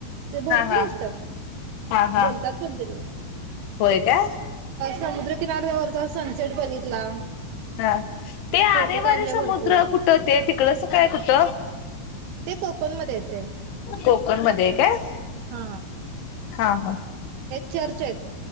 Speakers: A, on the right (about 80°); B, on the left (about 75°).
A: ते भरपूर
B: हा हा
A: असतात
B: हा हा
A: बोलतात पण ते
B: होय का.
A: समुद्रकिनाऱ्यावरचा सनसेट बघितला.
B: हा ते आरेवारीे
A: फोटो काढले
B: समुद्र
A: भरपूर
B: कुठं ते तिकड अस काय कुठ
A: ते कोकणमध्ये येते
B: कोकण मध्ये काय
A: हा
B: हा हा.
A: चर्चेत